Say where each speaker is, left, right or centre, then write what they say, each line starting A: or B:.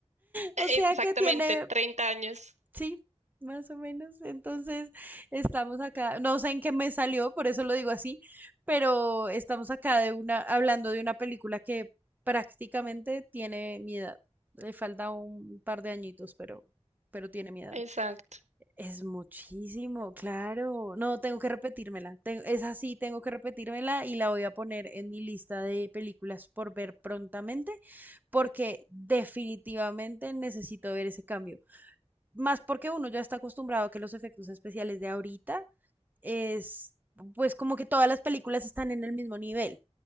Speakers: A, on the right; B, on the right.
A: O
B: e-
A: sea
B: exactamente,
A: que tiene
B: 30 años.
A: Sí, más o menos. Entonces, estamos acá, no sé en qué me salió, por eso lo digo así, pero estamos acá de una, hablando de una película que prácticamente tiene mi edad. Le falta un par de añitos, pero, pero tiene mi edad.
B: Exacto.
A: Es muchísimo, claro. No, tengo que repetírmela. Ten- es así, tengo que repetírmela y la voy a poner en mi lista de películas por ver prontamente, porque definitivamente necesito ver ese cambio. Más porque uno ya está acostumbrado a que los efectos especiales de ahorita es, pues como que todas las películas están en el mismo nivel.